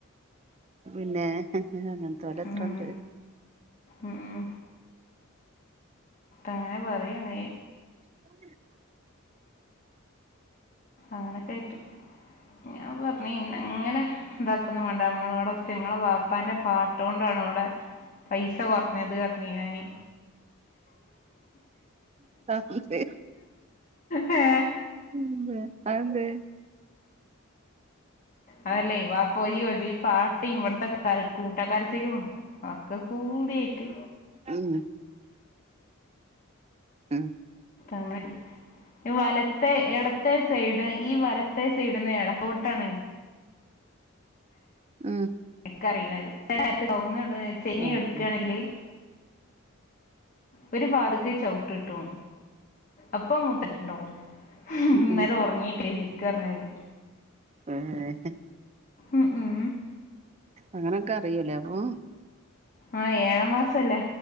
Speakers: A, on the right (about 30°); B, on the left (about 40°).
A: പിന്നെ ഹ് ഹ് അങ്ങൻതോലത്രണ്ട്
B: ഉം ഉം അങ്ങനെ പറയണെ.
A: <unintelligible>
B: അങ്ങനൊക്കെ ആയിട്ട് ഞാൻ പറഞ്ഞി ഇന്നെ അങ്ങനെ ഇന്താക്കുന്നു വേണ്ട നമ്മളവിടെ- ഒച്ചങ്ങളെ വാപ്പാന്റെ പാട്ട് കൊണ്ടാണ് ഇവടെ, പൈസ കുറഞ്ഞത് അറഞ്ഞ് ഞാന്.
A: അതെന്തേ
B: ഹേ... !
A: ഉം ബെ അതെന്തെ
B: അതല്ലേ വാപ്പോരിം പാട്ടീം ഇവിടത്തെ കര കൂട്ടക്കരച്ചിലും ഒക്കെകൂടി ആയിട്ട്
A: ഉം ഉം... !
B: ങ്ങനെ വലത്തെ ഇട- ത്തെ സൈഡ് ഈ വലത്തെ സൈടിന്ന് ഇടത്തോട്ടാണ്
A: ഉം... !
B: ഇക്ക അറിയിണ <unintelligible>
A: ആഹ്
B: ടുക്കുകയാണെങ്കില്, ഒരു പാതിക്ക് ചവുട്ട് കിട്ടും അപ്പൊ മൂത്തച്ചിണ്ടാവും ഇന്നലെ
A: ഉം ഉം
B: ഉറങ്ങീട്ടേ ശരിക്ക് പറഞ്ഞാല്
A: ഏ ഹ്
B: ഉം ഉം
A: അങ്ങനൊക്കെ അറിയൂലേ അപ്പോ?
B: ആഹാ ഏഴാം മാസം അല്ലേ,